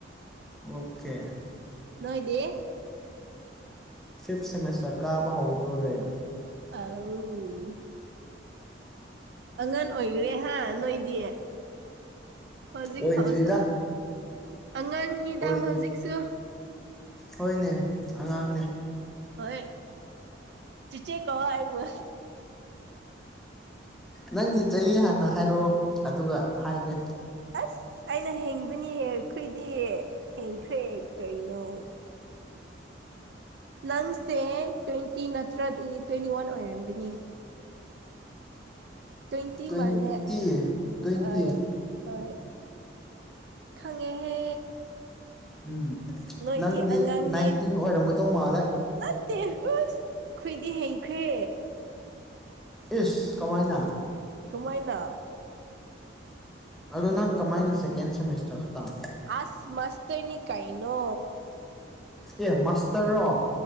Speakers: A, in the centre; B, on the right (about 60°).
A: ꯑꯣꯀꯦ
B: ꯅꯣꯏꯗꯤ
A: ꯐꯤꯐ ꯁꯦꯃꯤꯁꯇꯔ ꯀꯥꯕ ꯍꯧꯗꯣꯔꯔꯦ꯫
B: ꯑꯥꯎ ꯑꯉꯟ ꯑꯣꯏꯈ꯭ꯔꯦꯍ ꯅꯣꯏꯗꯤ ꯍꯧꯖꯤꯛ
A: ꯑꯣꯏꯗ꯭ꯔꯤꯗ
B: ꯐꯥꯎꯁꯨ ꯑꯉꯥꯡꯅꯤꯗ
A: ꯑꯣꯏꯗ꯭ꯔꯤ
B: ꯍꯧꯖꯤꯛꯁꯨ꯫
A: ꯍꯣꯏꯅꯦ ꯑꯉꯥꯡꯅꯦ
B: ꯍꯣꯏ ꯇꯆꯦ ꯀꯥꯏꯕ
A: ꯅꯪꯒꯤ ꯆꯍꯤ ꯍꯥꯟꯅ ꯍꯥꯏꯔꯛꯑꯣ ꯑꯗꯨꯒ ꯍꯥꯏꯒꯦ
B: ꯑꯁ ꯑꯩꯅ ꯍꯦꯡꯕꯅꯤ ꯑꯩꯈꯏꯗꯤ ꯍꯦꯡꯈ꯭ꯔꯦ ꯀꯩꯅꯣ ꯅꯪꯁꯦ ꯇ꯭ꯋꯦꯟꯇꯤ ꯅꯠꯇ꯭ꯔꯗꯤ ꯇ꯭ꯋꯦꯟꯇꯤ ꯋꯥꯟ ꯑꯣꯏꯔꯝꯒꯅꯤ ꯇꯣꯏꯇꯤ
A: ꯇ꯭ꯋꯦꯟꯇꯤ
B: ꯃꯂ
A: ꯇ꯭ꯋꯦꯟꯇꯤ
B: ꯑ ꯍꯣꯏ ꯈꯪꯉꯦꯍꯦ
A: ꯎꯝ
B: ꯅꯣꯏꯗꯤ
A: ꯅꯪꯗꯤ
B: ꯑꯉꯥꯡꯅꯤ
A: ꯅꯥꯏꯟꯇꯤꯟ ꯑꯣꯏꯔꯝꯒꯗꯧ ꯃꯥꯜꯂꯦ
B: ꯅꯠꯇꯦ ꯍꯣ꯭ꯏꯁ ꯈꯨꯏꯗꯤ ꯍꯩꯈ꯭ꯔꯦ
A: ꯏꯁ ꯀꯃꯥꯏꯅ
B: ꯀꯃꯅꯥ
A: ꯑꯗꯣ ꯅꯪ ꯀꯃꯥꯏꯅ ꯁꯦꯀꯦꯟ ꯁꯦꯃꯤꯁꯇꯔ ꯈꯛꯇꯪ
B: ꯑꯁ ꯃꯁ ꯇꫪꯅꯤ ꯀꯩꯏꯅꯣ
A: ꯑꯦꯃꯥꯁꯇꯔꯣ